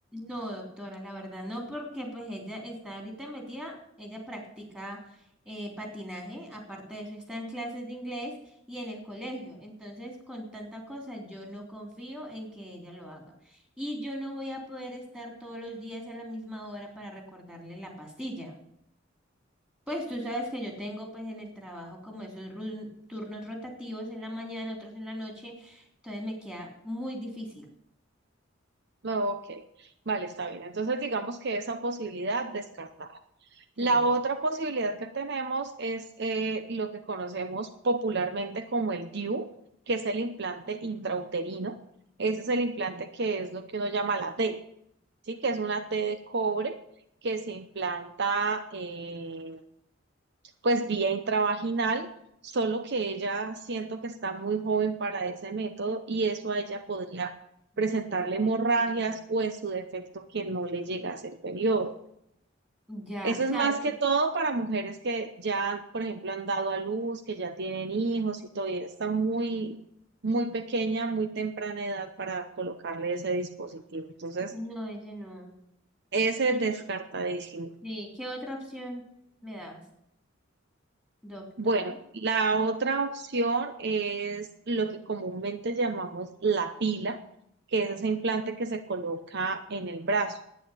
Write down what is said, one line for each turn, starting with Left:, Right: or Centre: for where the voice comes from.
Centre: No, doctora, la verdad, no, porque pues ella está ahorita metida, ella practica eh, patinaje, aparte de eso está en clases de inglés y en el colegio, entonces con tanta cosa yo no confío en que ella lo haga y yo no voy a poder estar todos los días a la misma hora para recordarle la pastilla. Pues tú sabes que yo tengo pues en el trabajo como esos run- turnos rotativos en la mañana, otros en la noche, entonces me queda muy difícil.
Right: No, ok, vale, está bien. Entonces digamos que esa posibilidad descartada. La
Centre: Sí.
Right: otra posibilidad que tenemos es eh, lo que conocemos popularmente como el DIU, que es el implante intrauterino. Ese es el implante que es lo que uno llama la T, ¿sí? Que es una
Centre: No,
Right: T de cobre que se implanta eh, pues vía intravaginal, solo que ella siento que está muy joven para ese método y eso a ella podría presentarle
Centre: no te voy
Right: hemorragias
Centre: a decir.
Right: o en su defecto que no le llegase el periodo.
Centre: Ya,
Right: Eso
Centre: o
Right: es
Centre: sea,
Right: más que todo para mujeres que ya, por ejemplo, han dado a luz, que ya tienen hijos y todavía está muy, muy pequeña, muy temprana edad para colocarle ese dispositivo. Entonces,
Centre: no, ese no.
Right: ese
Centre: Y-
Right: es descartadísimo.
Centre: Sí, ¿qué otra opción me das, doctora?
Right: Bueno, la otra opción es lo que comúnmente llamamos la pila, que es ese implante que se coloca en el brazo,